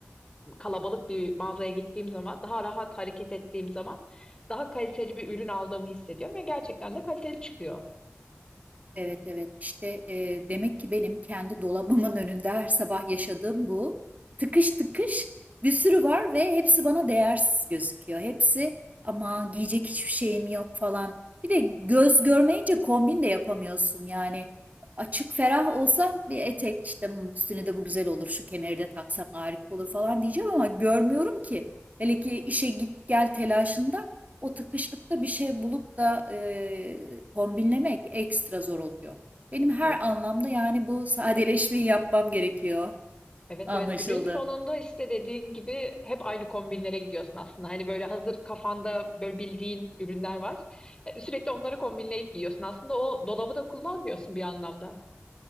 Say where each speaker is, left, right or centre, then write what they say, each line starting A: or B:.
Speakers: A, on the left; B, on the right.
A: kalabalık bir mağazaya gittiğim zaman, daha rahat hareket ettiğim zaman daha kaliteli bir ürün aldığımı hissediyorum ve gerçekten de kaliteli çıkıyor.
B: Evet evet işte e, demek ki benim kendi dolabımın önünde her sabah yaşadığım bu tıkış tıkış bir sürü var ve hepsi bana değersiz gözüküyor. Hepsi ama giyecek hiçbir şeyim yok falan. Bir de göz görmeyince kombin de yapamıyorsun yani. Açık ferah olsam bir etek işte "Hmm, üstüne de bu güzel olur şu kemeri de taksam harika olur falan diyeceğim ama görmüyorum ki. Hele ki işe git gel telaşında o tıkışlıkta bir şey bulup da e, kombinlemek ekstra zor oluyor. Benim her
A: Evet,
B: anlamda yani bu sadeleşmeyi yapmam gerekiyor.
A: Evet
B: Anlaşıldı.
A: evet günün sonunda işte dediğin gibi hep aynı kombinlere gidiyorsun aslında. Hani böyle hazır kafanda böyle bildiğin ürünler var. E, Sürekli onları kombinleyip giyiyorsun. Aslında o dolabı da kullanmıyorsun bir anlamda.